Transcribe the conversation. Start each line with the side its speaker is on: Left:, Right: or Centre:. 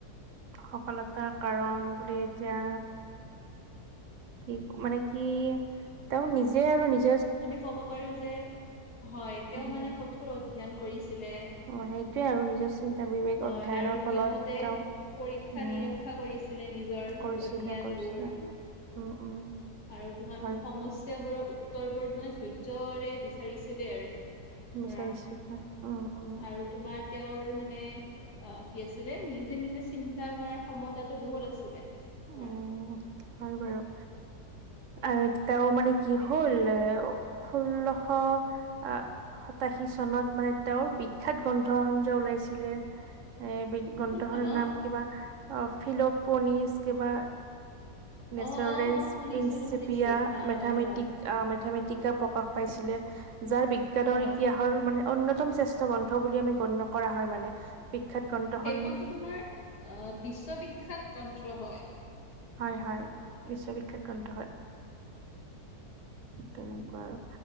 Right: সফলতাৰ কাৰণ বুলি এতিয়া কি মানে কি তেওঁাৰ নিজে আৰু নিজ
Left: আমি কব পাৰো যে হয় তেওঁ
Right: উম
Left: মানে কঠোৰ অধ্যয়ন কৰিছিলে
Right: অ সেইটোৱে আৰু নিজৰ চিন্তা বিবেক
Left: হয়
Right: অধ্যয়নৰ
Left: আৰু
Right: ফলত
Left: নিয়মতে
Right: আৰু
Left: পৰীক্ষা
Right: উ
Left: নিৰীক্ষা কৰিছিলে নিজৰ
Right: কৰিছিলা
Left: অধ্যয়নবোৰ
Right: কৰিছিলা হ উম উম
Left: আৰু তোমাৰ
Right: হয়
Left: সমস্্যাবোৰৰ
Right: হয়
Left: উত্তৰবোৰ তানে ধৈৰ্যৰে বিচাৰিছিলে আৰু ধৰা
Right: চাইশ উম উম
Left: আৰু তোমাৰ তেওঁৰ মানে অ কি আছিলে নিজে নিজে চিন্তা কৰাৰ ক্ষমতাটো বহুত আছিলে ধৰা
Right: উ হয় বাৰু
Left: উম,
Right: আৰু এতিয়াও মানে কি
Left: সেইটোৱে
Right: হ'ল ষোল্লশ আহ সাতাশী চনত মানে তেওঁৰ বিখ্য্াত গ্ৰন্থ সজ ওলাইছিলে এই গ্ৰন্থখনৰ
Left: কোনখন অ'?
Right: নাম কিবা ফিলোপনিছ কিবা নেচাৰেলছ
Left: অ', অ', অ', শুনিছিলো
Right: প্ৰিন্চিপিয়া
Left: শুনিছিলো হা
Right: মেথামেটিক
Left: হয় হয়
Right: মেথামেট প্ৰকাশ পাইছিলে যাৰ বিজ্ঞানৰ
Left: হয়
Right: ইতিহাসৰ মানে অনন্্যতম শ্ৰেষ্ঠ গ্ৰন্থ বুলি আমি গণ্য কৰা হয় মানে বিখ্যাত গ্ৰন্থখন
Left: সেইখনটো তোমাৰ আহ বিশ্ববিখ্যাত কণ্ঠ হয়
Right: হয় হয় বিশ্ববিখ্যাত গন্থ হয় তেনেকুৱা আৰু